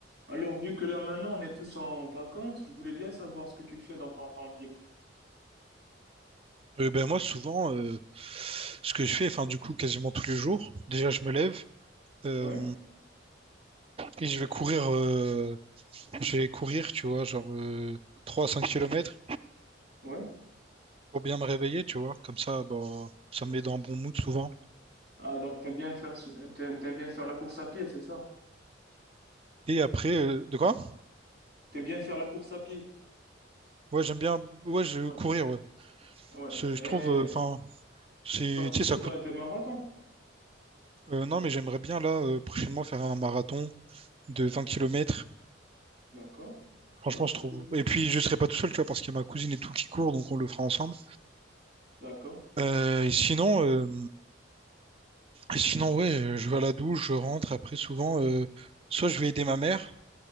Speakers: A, on the right; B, on the right.
A: Alors, vu que là maintenant on est tous en vacances, je voulais bien savoir ce que tu fais dans ton temps libre.
B: Euh, ben moi, souvent, euh, ce que je fais, enfin, du coup, quasiment tous les jours, déjà, je me lève euh,
A: Ouais,
B: et je vais courir, euh, je vais courir, tu vois, genre euh, 3 à 5 kilomètres
A: ouais.
B: pour bien me réveiller, tu vois. Comme ça, bah, ça me met dans un bon mood souvent.
A: Ah, donc t'aimes bien faire, ce- t'aimes, t'aimes bien faire la course à pied, c'est ça?
B: Et après, euh, de quoi?
A: T'aimes bien faire la course à pied?
B: Ouais, j'aime bien, ouais, je
A: Ouais,
B: courir, ouais.
A: ouais.
B: C'est-
A: Et
B: Je trouve, euh, enfin, c'est,
A: tu participes
B: tu sais, ça coûte.
A: à des marathons?
B: euh, non, mais j'aimerais bien, là, euh, prochainement, faire un marathon de vingt kilomètres
A: D'accord.
B: Franchement,
A: Ouais, c'est
B: je trouve.
A: cool.
B: Et puis, je serai pas tout seul, tu vois, parce qu'il y a ma cousine et tout qui court, donc on le fera ensemble.
A: D'accord.
B: Euh, et sinon, euh, et sinon, ouais, euh, je vais à la douche, je rentre. Après, souvent, euh, soit je vais aider ma mère,